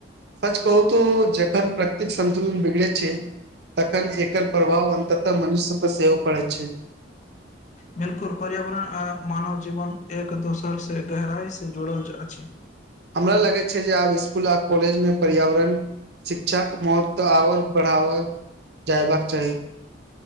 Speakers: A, on the right; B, on the left.
A: सच कहू त जखन प्रकृतिक संन्तुलन बिगड़े छैय तखन एकर प्रभाव अन्ततः मनुष्य पर सेहोव पड़ै छैय।
B: बिलकुल पर्यावरण आ मानव जीवन एक दोसर से गहराई से जुड़ल अछि।
A: हमरा लगैत छैय जे आब स्कुल आ कॉलेजमे पर्यावरण शिक्षाक महत्व। तऽ आओर बढ़ावल। जयबाकबाक चाही।